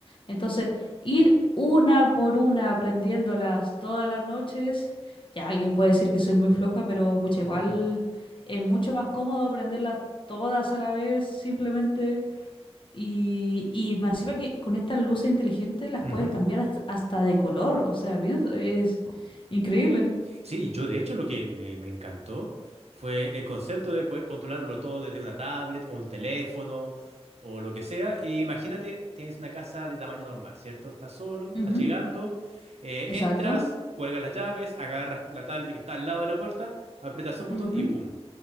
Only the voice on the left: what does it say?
Entonces, ir una por una aprendiéndolas todas las noches, ya alguien puede decir que soy muy floja, pero pucha, igual
es mucho más cómodo aprenderlas todas a la vez simplemente. Y, y más encima que con estas luces inteligentes las
puedes cambiar hasta, hasta de color, o sea, pienso, es increíble.
Ujú,
Exacto.
ujú,